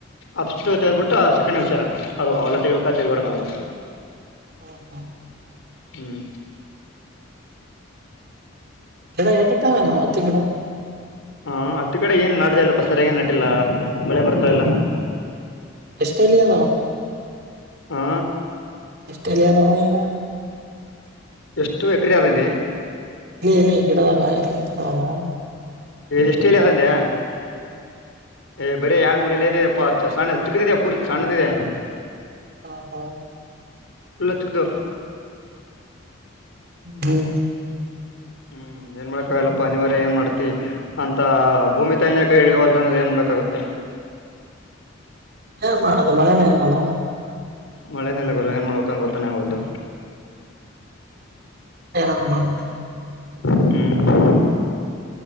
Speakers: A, on the left; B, on the right.
A: ಅಸ್ಟ್ ತೆಗೆಬಿಟ್ಟು ಸೆಕಂಡ್ ವಿಚಾರ ಅದು ಅವೆಲ್ಲ ತೆಗಬೇಕ ತೆಗಬಾರಡ್ದ ನ ಅದು
B: ಹಾ ಹಾ
A: ಹ್ಮ್
B: ಗಿಡ ಏಟು ಏಟು ಅದವ ಏನು ತಿಗಳು
A: ಹಾ ಅತ್ತು ಕಡೆ ಏನ್ ನಾ್ದಲ್ಲಪ್ಪ ಸರಿಯಾಗ ನಾಟಿಲ್ಲ ಮಳೆ ಬರ್ತಾ ಎಲ್ಲ
B: ಎಷ್ಟಟ್ರೇಲಿಯದಾವ
A: ಹಾ
B: ಎಷ್ಟರಲ್ಲಿದವ ಇನ್ನ
A: ಎಷ್ಟು ಎಕ್ರೆ ಅದನಿ
B: ಇದೆ ಎಲ್ಲಿ ಗಿಡದಾಗ ಎಂಗ ಇರ್ತಾವಲ್ಲ
A: ಎಷ್ಟ ಎಲ್ಲಿ ಅಂದ್ಯಾ
B: ಹ್ಮ
A: ಏ್ ಬರೀ ಎರಡ್ ಮೂರ ಎಲ್ಲ ಇದೆಪ್ಪ ಸಣ್ಣ ಚಿಕ್ಕದಿದೆೆಯ ಪೂರ ಸಣ್ಣದ ಇದೆ
B: ಹಾ ಹಾ
A: ಪ ಲೋಚ್ಕದರ್
B: ಹ್ಮ್
A: ಹ್ಮ್ ಏನ್ ಮಾಡಕ್ ಆಗಲ್ಲಪ್ಪಾ ಅನಿವಾರ್ಯ ಏನ್ ಮಾಡ್ತಿ ಅಂತ ಭೂಮಿ ತಾಯಿನೇ ಕೈ ಇಡಿವಳ್ಳು ಅಂದ್ರೆ ಏನ್ ಮಾಡಕಾಗುತ್ತೆ
B: ಏ ಮಾಡದು ಮಳೆನೇ ಇಲ್ವಲ್ಲ
A: ಮಳೆನೆೆಲ್ಲ ಗುರು ಏನ್ ಮಾಡ್ಬೇಕಂತ ಗೊತ್ತಾನೆ ಆಗವಲ್ದು
B: ಏನಾದ್ರೂ ಮಾಡಂ
A: ಹ್ಮ್